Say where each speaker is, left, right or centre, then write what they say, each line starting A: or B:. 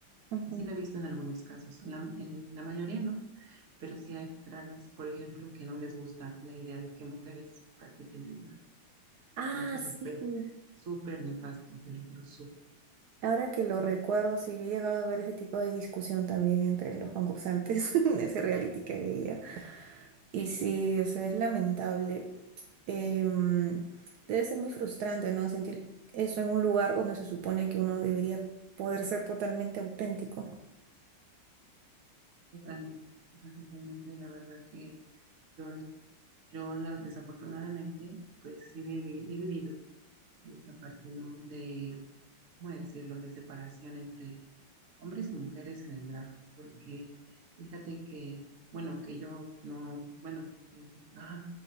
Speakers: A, on the right; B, on the right.
A: ujú.
B: Y sí lo he visto en algunos casos, en la, en la mayoría, ¿no? Pero sí hay dragas, por ejemplo, que no les gusta la idea de que mujeres practiquen el drag.
A: Ah,
B: Se me hace súper,
A: sí, sí.
B: súper nefasto, te lo juro, súper.
A: Ahora que lo recuerdo, sí, he llegado a ver ese tipo de discusión también entre los concursantes <laughs> en ese reality que veía. Y sí, o sea, es lamentable. Em, debe ser muy frustrante, ¿no? Sentir eso en un lugar donde se supone que uno debería poder ser totalmente auténtico.
B: Totalmente, o sea, totalmente. La verdad que yo, yo la, desafortunadamente, pues sí viví- he vivido esa parte, ¿no? De, ¿cómo decirlo? De separación entre hombres y mujeres en el drag. Porque fíjate que, bueno, que yo no, bueno, eh, ajá,